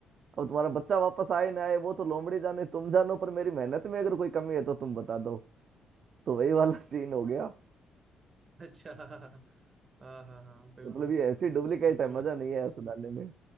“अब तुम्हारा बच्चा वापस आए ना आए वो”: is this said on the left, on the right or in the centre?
Right